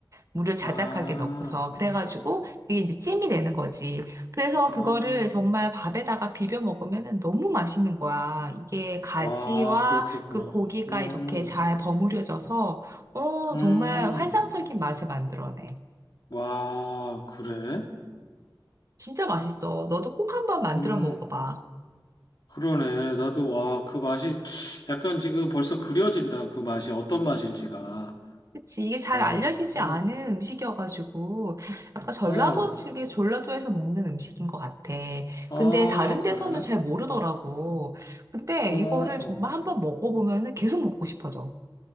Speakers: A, on the right; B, on the left.
A: 물을 자작하게
B: 아,
A: 넣고서 그래가지고 그게 이제 찜이 되는 거지. 그래서
B: 아,
A: 그거를 정말 밥에다가 비벼 먹으면 너무 맛있는 거야. 이게 가지와
B: 아, 그렇겠구나.
A: 그 고기가
B: 음,
A: 이렇게 잘 버무려져서 어
B: 음,
A: 정말 환상적인 맛을 만들어내.
B: 와, 그래?
A: 진짜 맛있어. 너도 꼭 한번 만들어
B: 음,
A: 먹어봐.
B: 그러네. 나도, 와, 그 맛이, 약간 지금 벌써 그려진다. 그 맛이 어떤 맛일지가.
A: 그치. 이게 잘
B: 아,
A: 알려지지
B: 어,
A: 않은 음식이어가지고, 약간 전라도
B: 어,
A: 측에 전라도에서 먹는 음식인 것 같아.
B: 아,
A: 근데 다른 데서는
B: 그래?
A: 잘 모르더라고. 근데
B: 어,
A: 이거를 정말 한번 먹어보면은 계속 먹고 싶어져.